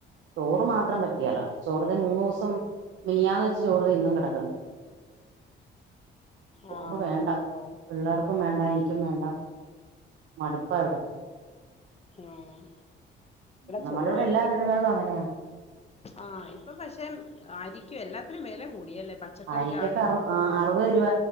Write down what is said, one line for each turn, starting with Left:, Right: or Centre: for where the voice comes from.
Right: ചോറ് മാത്രം പറ്റിയേല ചോറത് മൂന്നു ദിവസം മിനിഞ്ഞാന്ന് വെച്ച ചോറ് ഇന്നും കിടക്കുന്നു ചോറ്
Left: ആഹ് അങ്ങനെയല്ലേ
Right: വേണ്ട പിള്ളേർക്കും വേണ്ട എനിക്കും വേണ്ട മടുപ്പ ഇവിടെ
Left: ആഹ്
Right: നമ്മുടെ
Left: ചോറ്
Right: ഇവിടെ എല്ലാ
Left: പക്ഷെ
Right: വീടുകളിലും അങ്ങനെയാ
Left: ആഹ് ഇപ്പൊ പക്ഷെ അരിക്കും എല്ലാത്തിനും വില കൂടിയല്ലേ പച്ചക്കറിക്കാണേലും
Right: അരിക്കൊക്കെ അറു അറുപത് രൂപ